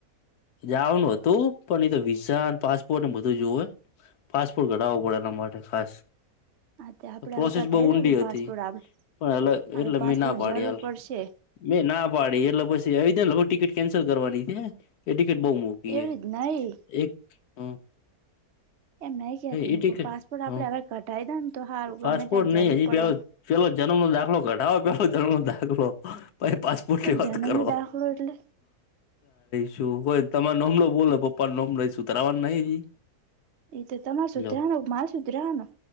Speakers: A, on the left; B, on the right.
A: જવાનું હતું, પણ એ તો વિઝા પાસપોર્ટ એ બધું જોવે. પાસપોર્ટ કઢવવો પડે એના માટે ખાસ.
B: હા તે આપડે
A: પ્રોસેસ
B: હવે કઢાઈ
A: બવ ઊંડી
B: દઉ કે
A: હતી,
B: પાસપોર્ટ આપડે
A: પણ એ એટલે
B: હવે પાસપોર્ટ
A: મેં ના પાડી
B: જરૂર
A: હાલ.
B: પડશે
A: મેં ના પાડી એટલે પછી આવી ને ટિકિટ કેન્સલ કરવાની
B: એવી રીત નહી
A: એક હ.
B: એમ નહી કહેતી
A: એ ટિકિટ
B: પાસપોર્ટ આપડે
A: હ
B: હવે કઢાઈ ને તો સારુ, ગમે
A: પાસપોર્ટ
B: ત્યાં જરૂર
A: નહી હજી
B: પડે
A: પેલો
B: એમ,
A: પેલો જન્મ નો દાખલો કઢાવો પેલો જન્મ નો દાખલો. પછી પાસપોર્ટ
B: જેમ
A: ની વાત
B: જન્મ
A: કરો.
B: નો દાખલો એટલે
A: શું કો તમારો નોમ બોલો પપ્પા નોમલો સુતરાવાનું નહી.
B: એ તો તમારે સુધરા
A: લ્યો
B: ને મારે સુધરા ને